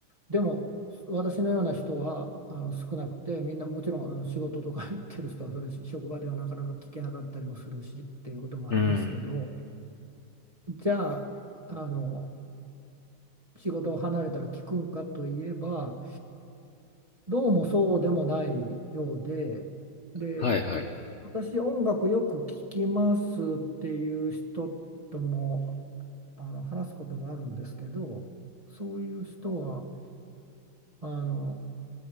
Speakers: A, on the right; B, on the left.
A: でも、私のような人はあの少なくて、みんなもちろんあの仕事とか <laughs> 行ってる人は、それ職場ではなかなか聞けなかったりもするしっていうこともありますけど、
B: うん。
A: じゃあ、あの、仕事を離れたら聞くんかといえば、どうもそうでもないようで、で、
B: はいはい。
A: 私、音楽よく聴きますっていう人ともあの話すこともあるんですけど、そういう人はあの